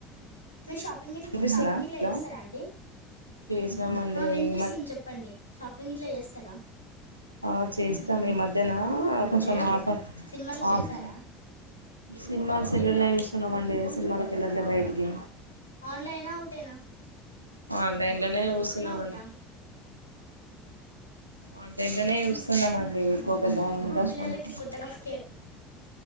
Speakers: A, on the left (about 85°); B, on the right (about 80°).
A: మీరు షాపింగ్గిట్ల
B: వినిపిస్తుందా
A: షాపింగిట్ల
B: హలో
A: చేస్తారా అండి
B: చేసినామండి
A: ఆ వినిపిస్తుంది
B: ఈ
A: చెప్పండి షాపింగ్ ఇట్ల చేస్తారా
B: ఆ చేస్తాం ఈ మధ్యన
A: ఎప్పుడ
B: కొంచెం ఆఫర్
A: సినిమాలకి
B: ఆఫ్
A: వెళ్తారా
B: సినిమాల సెల్లుల్లా చూస్తున్నామ అండి సినిమాలకి వెళ్ళట్లే బయటికి
A: ఆన్లైన్ ఉవుటేనా
B: ఆన్లైన్ లోనే చూస్తున్నామండి
A: అవుటా
B: ఆన్లైన్ లోనే చూస్తాం చస్తున్నామండి ఎక్కువ
A: ఉమ్.
B: పెద్ద
A: ఇప్పుడు
B: ఇంట్రెస్ట్
A: పిల్లలకి కొత్తగా స్కే